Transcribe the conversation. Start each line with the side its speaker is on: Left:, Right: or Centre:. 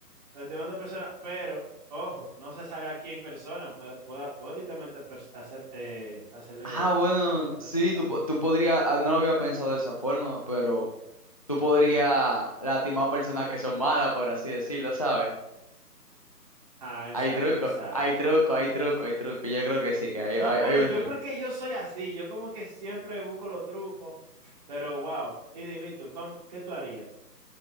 Right: lastimando a personas, pero ojo, no se sabe a quién persona, puede, puede, puede literalmente pers- hacer, eh, hacerle
Left: Ah, bueno,
Right: lastimar a esa
Left: sí,
Right: persona.
Left: tú, po- tú podrías, ah, no lo había pensado de esa forma, pero tú podrías lastimar a personas que son malas, por así decirlo, ¿sabes?
Right: Ah, exacto,
Left: Hay truco,
Right: exacto.
Left: hay truco, hay truco, hay truco. Yo creo que sí, que hay,
Right: No,
Left: hay,
Right: bueno,
Left: hay un
Right: yo
Left: truco.
Right: porque yo soy así, yo como que siempre busco los trucos, pero wow. Y dime tú, ¿cómo- ¿qué tú harías?